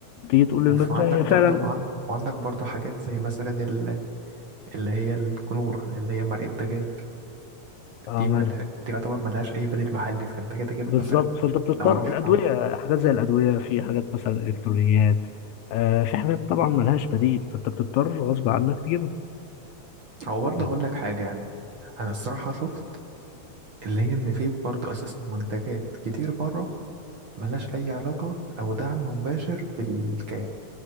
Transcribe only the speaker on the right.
وعندك
برضه
وعن... وعندك برضه حاجات زي مثلا ال- اللي هي الكنور اللي هي مرقة دجاج
دي مل...
دي يعتبر ملهاش أي بديل محلي فأنت كده كده
مثلا
لو رحت
عن-
أو برضه
هقول لك حاجة يعني أنا الصراحة شفت اللي هي إن في برضه أساسا منتجات كتير بره ملهاش أي علاقة أو دعم مباشر بالكيان